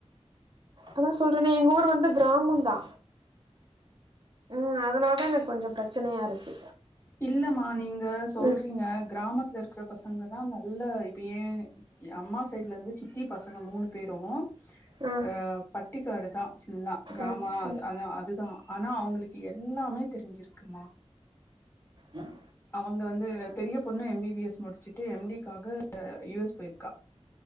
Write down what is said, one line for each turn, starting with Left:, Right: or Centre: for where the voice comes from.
Right: அதா சொல்றேன எங்க ஊர் வந்து கிராமோதா ம் அதனால தா எனக் கொஞ்சோ பிரச்சனையா இருக்கு
Left: இல்லமா நீங்க சொல்றீங்க
Right: ம்
Left: கிராமத்திற்குர பசங்கதா நல்லா இப்ப ஏ எ அம்மா சைட்லர்ந்து சித்தி பசங்க மூணு பேரு அ
Right: ஆ
Left: பட்டிக்காடுதா ஃபுல்லா கிராம
Right: ம் ம்
Left: அத அதுதா ஆனா அவுங்குளுக்கு எல்லாமே தெரிஞ்சிருக்குங்க
Right: ம்
Left: அவுங்க வந்து பெரிய பொண்ணு எம் பி பி எஸ் முடிச்சுட்டு எம் டிக்காக யு எஸ் போயிருக்கா